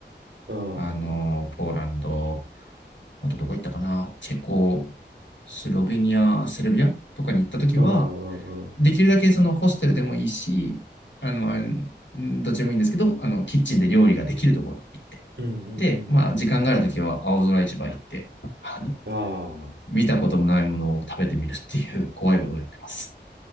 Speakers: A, on the right; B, on the left.
A: うん。
B: あの、
A: ああ。
B: ポーランド、あとどこ行ったかな、チェコ、スロベニア、セルビアとかに行ったときは、
A: うんうんうん。
B: できるだけそのホステルでもいいし、あの、あんどっちでもいいんですけど、あの、キッチンで料理ができるところに行って、
A: うんうんうんうんうん
B: で、まあ、時間があるときは青空市場行って、あの
A: うん。ああ。
B: 見たこともないものを食べてみるっていう <laughs> 怖いことをやってます。